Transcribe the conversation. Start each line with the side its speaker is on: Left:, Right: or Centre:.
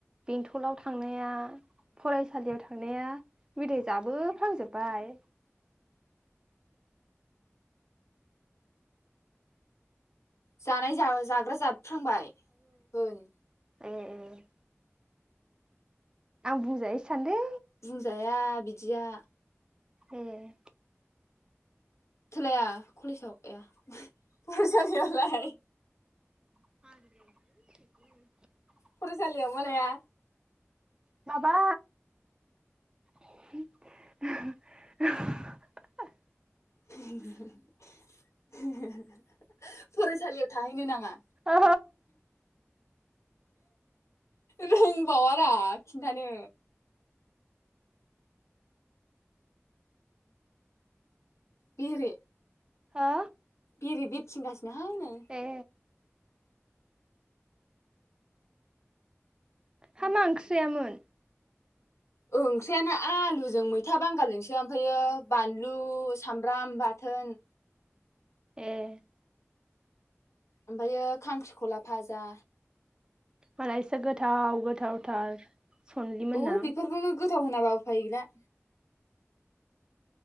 Right: बेंथलाव थांनाया फरायसालियाव थांनाया मेथाइ जाबोफ्लांजोब्बाय।
Left: जानाय जा जाग्रा जाबोफ्रांबाय होन
Right: ओम ओम। आं बुंजायोसो सान्दों।
Left: बुंजाया बिदिया।
Right: ओं।
Left: सोलाया कलेजाव आया फरायसालियावलाय
Right: <inaudible>
Left: फरायसालियाव मा लाया
Right: माबा <unintelligible>
Left: <unintelligible> फरायसालियाव थाहैनो नामा?
Right: औ
Left: रोंबावारा खिन्थानो। बेेरे।
Right: हा
Left: बेरे बिरथिंगासिनोहाय नै।
Right: ए। हा मा ओंख्रि जायामोन।
Left: ओंख्रियानो आलुजों मै मैथा बांगालजोंसो ओमफायो बानलु सामब्राम बाथोन।
Right: ए।
Left: ओमफायो खांख्रिखला भाजा।
Right: मालायसो गोथाव गोथावथार। सनलि मोनना
Left: औ बेफोरखौनो गोथाव होनाबा उफाय गैला।